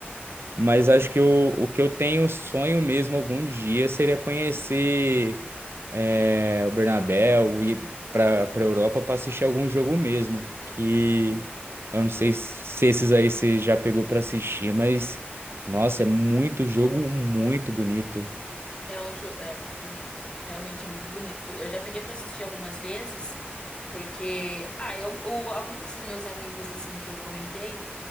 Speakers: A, on the right; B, on the left.
A: Mas acho que o, o que eu tenho sonho mesmo algum dia seria conhecer é, o Bernabéu, ir para para Europa para assistir algum jogo mesmo. Que eu não sei se esses aí você já pegou para assistir, mas nossa, é muito jogo muito bonito.
B: É um jogo, é muito bonito, realmente é muito bonito. Eu já peguei pra assistir algumas vezes, porque, ah, eu, o- algum desses meus amigos, assim, que eu comentei,